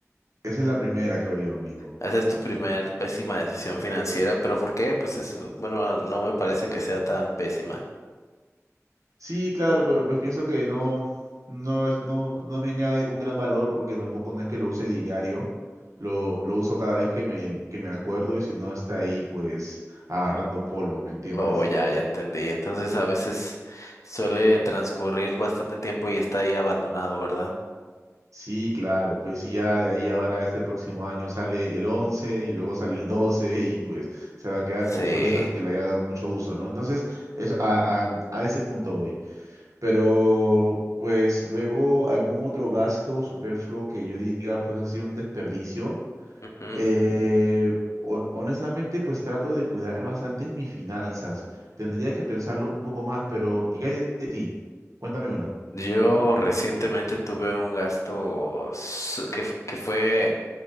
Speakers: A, on the right (about 75°); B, on the left (about 70°).
A: Esa es la primera, creo yo, amigo.
B: Esa es tu primer pésima decisión financiera, pero ¿por qué? Pues eso, bueno, no me parece que sea tan pésima.
A: Sí, claro, pero pues pienso que no, no es, no, no me añade un gran valor porque tampoco no es que lo use diario, lo, lo uso cada vez que me, que me acuerdo y si no está ahí pues agarrando polvo, ¿me entiendes?
B: Oh, ya, ya entendí. Entonces a veces suele transcurrir bastante tiempo y está ahí abandonado, ¿verdad?
A: Sí, claro, pues sí, ya de ahí ahora este próximo año sale el 11 y luego sale el 12 y pues se va a quedar
B: Sí.
A: obsoleto sin que le haya dado mucho uso, ¿no? Entonces, eso, a, a- a ese punto voy. Pero pues luego algún otro gasto superfluo que yo diga pues ha sido un desperdicio.
B: Ujú.
A: Eh, hon- honestamente pues trato de cuidar bastante mis finanzas. Tendría que pensarlo un poco más, pero ¿y qué hay de ti? Cuéntame una.
B: Yo recientemente tuve un gasto s- que, f- que fue